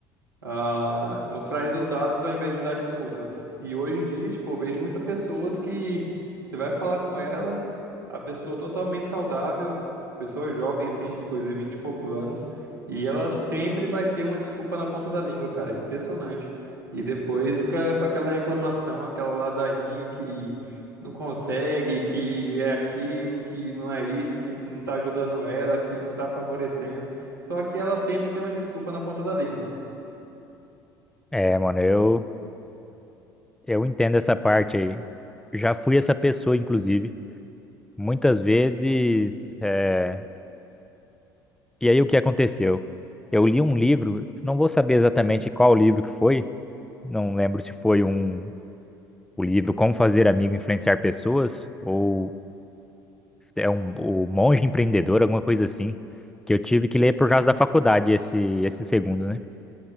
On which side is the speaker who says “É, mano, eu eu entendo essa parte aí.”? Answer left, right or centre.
Centre